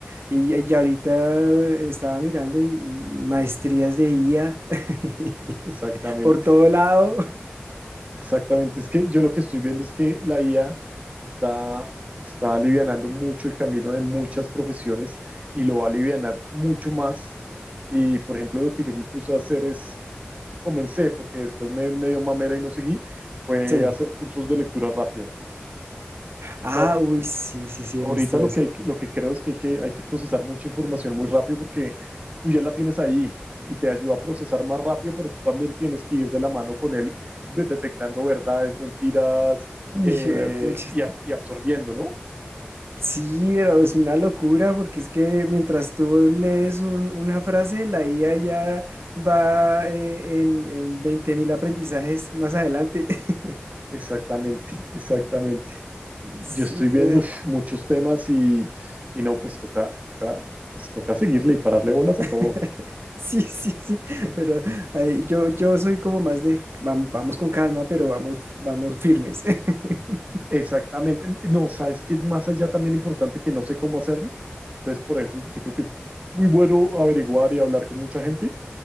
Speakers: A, on the right; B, on the right.
A: y, y ahorita estaba mirando y, y maestrías de IA <laughs>
B: Exactamente,
A: por todo lado.
B: exactamente. Es que yo lo que estoy viendo es que la IA está, está alivianando mucho el camino de muchas profesiones y lo va a alivianar mucho más. Y por ejemplo, lo que yo me puse a hacer es comencé, porque después me, me dio mamera y no seguí, fue
A: Sí.
B: hacer cursos de lectura rápida.
A: Ah,
B: O sea,
A: uy, sí, sí, sí,
B: ahorita
A: he visto
B: lo
A: eso.
B: que, hay, que- lo que creo es que hay, que hay que procesar mucha información muy rápido porque tú ya la tienes ahí y te ayuda a procesar más rápido, pero tú también tienes que ir de la mano con él de- detectando verdades, mentiras
A: Hijo
B: eh,
A: de pucha.
B: y, ab- y absorbiendo, ¿no?
A: Sí, pero es una locura porque es que mientras tú lees un- una frase, la IA ya va eh, en, en 20.000 aprendizajes más adelante. <laughs>
B: Exactamente, <laughs> exactamente.
A: Sí,
B: Yo estoy
A: entonces,
B: viendo uf, muchos temas y, y no, pues toca, toca, pues toca seguirle y pararle bolas a todo.
A: <laughs> Sí, sí, sí, pero ahí yo, yo soy como más de vam- vamos, con calma, pero vamos, vamos firmes. <laughs>
B: Exactamente. No, sabes que es más allá también importante que no sé cómo hacerlo. Entonces, por eso yo creo que es muy bueno averiguar y hablar con mucha gente,